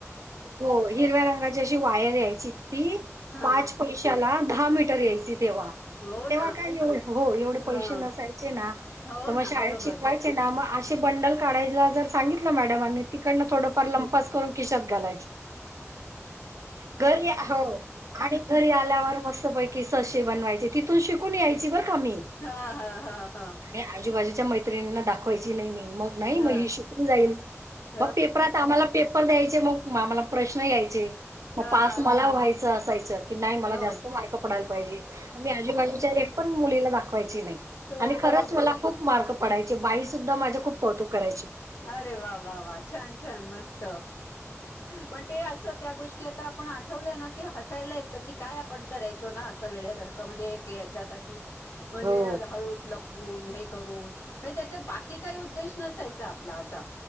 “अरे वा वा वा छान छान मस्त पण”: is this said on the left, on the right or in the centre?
Left